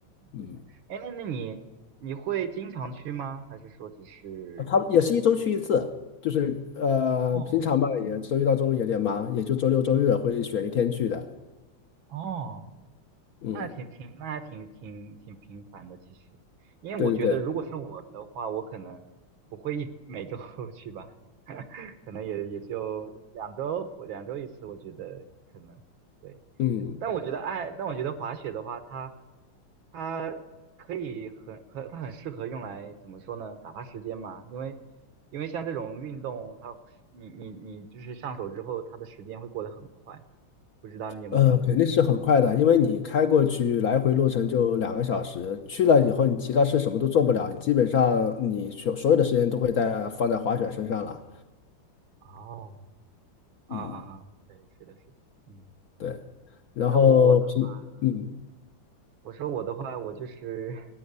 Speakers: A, on the left (about 60°); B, on the right (about 75°).
A: 嗯。
B: 是的。哎，那那你你会经常去吗？还是说只是偶尔？
A: 啊他也是一周去一次，就是呃，
B: 哦
A: 平常吧，也周一到周五有点忙，也就周六周日会选一天去的。
B: 哦
A: 嗯，
B: 那还挺挺，那还挺挺挺频繁的，其实，因为我觉得如果是对我的话，
A: 对对对，
B: 我可能不会一每周 <laughs> 去吧，可能也也就两周或两周一次，我觉得可能对。
A: 嗯，
B: 但我觉得爱，但我觉得滑雪的话，它它可以很很，它很适合用来怎么说呢？打发时间嘛，因为因为像这种运动，它是你你你就是上手之后，它的时间会过得很快，不知道你有没有这种感觉？
A: 呃，肯定是很快的，因为你开过去来回路程就两个小时，去了以后你其他事什么都做不了，你基本上你所所有的时间都会在放在滑雪身上了。
B: 哦，啊啊啊，
A: 嗯，
B: 对，是的，是的，嗯，
A: 对，然后平，
B: 但我我的话，嗯，
A: 嗯
B: 我说我的话，我就是